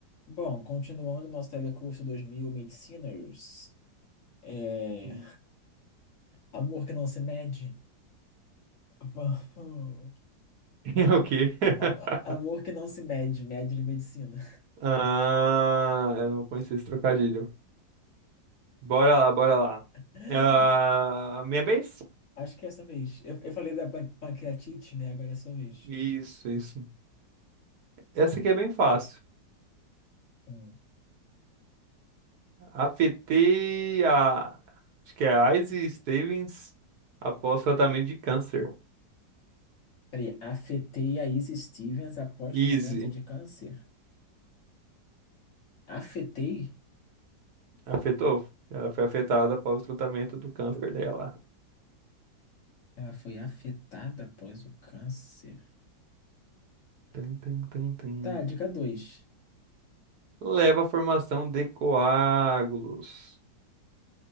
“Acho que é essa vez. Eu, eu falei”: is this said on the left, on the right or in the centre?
Left